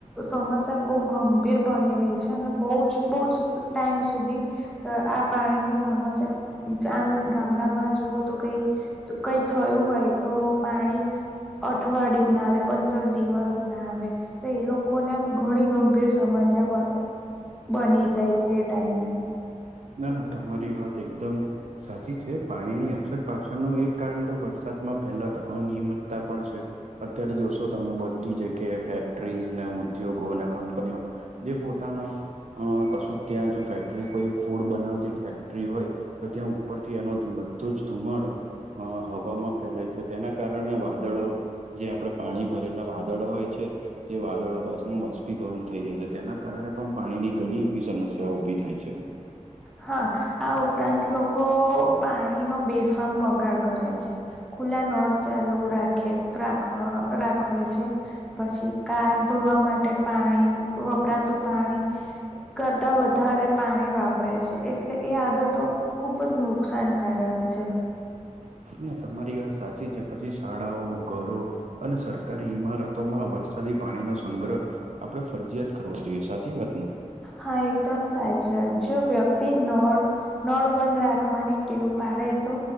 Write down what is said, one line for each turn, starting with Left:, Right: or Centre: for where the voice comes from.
Centre: સમસ્યા બહુ ગંભીર બની રહી છે અને બો જ બો જ ટાઈમ સુધી આ પાણીની સમસ્યા આમ ગામડામાં જુઓ તો કઈ કઈ થયું હોય તો પાણી અઠવાડિયું ના આવે પંદર દિવસ ના આવે તો એ લોકોને ઘણી ગંભીર સમસ્યા બની જાય છે એ ટાઈમે
Right: ના ના તમારી વાત એકદમ સાચી છે પાણીની અછત પાછળનું એક કારણ તો વરસાદમાં પહેલા તો અનિયમિતતા પણ છે. અત્યારે જોશો તમે બધી જગ્યાએ ફેક્ટરીઝ ને ઉદ્યોગો ને કંપનીઓ જે પોતાનો અ કશું ક્યાં જો ફેક્ટરી કોઈ ફૂડ બનાવતી ફેક્ટરી હોય તો ત્યાં ઉપરથી એનો બધો જ ધુમાડો અ હવામાં ફેલાય છે તેના કારણે વાદળો જે આપડે પાણી ભરેલા વાદળો હોય છે જે વાદળો બાસ નું બાષ્પીભવન થઈ જાય છે તેના કારણે પણ પાણીની ઘણી એવી સમસ્યાઓ ઉભી થાય છે.
Centre: હા આ ઉપરાંત લોકો પાણીનો બેફામ બગાડ કરે છે. ખુલ્લા નળ ચાલુ રાખે રાખ રાખવે છે. પછી કાર ધોવા માટે પાણી વપરાતું પાણી કરતા વધારે પાણી વાપ રે છે એટલે એ આદતો ખુબ જ નુકસાનકારક છે
Right: ના તમારી વાત સાચી છે પછી શાળાઓ ઘરો અને સરકારી ઈમારતોમાં વરસાદી પાણીનો સંગ્રહ આપડે ફરજીયાત કરવો જોઈએ સાચી વાત ને
Centre: હા એકદમ સાચ છે જો વ્યક્તિ નળ નળ બંધ રાખવાની ટેવ પાડે તો